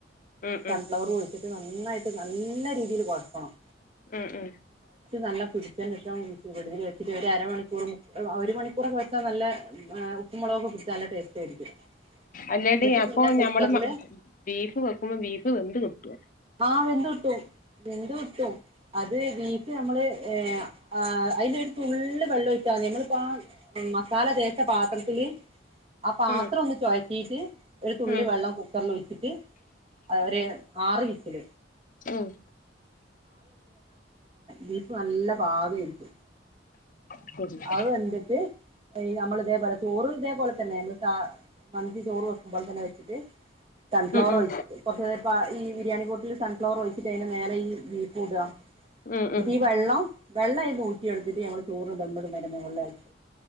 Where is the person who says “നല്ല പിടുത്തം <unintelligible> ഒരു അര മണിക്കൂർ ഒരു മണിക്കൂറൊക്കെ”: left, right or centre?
Right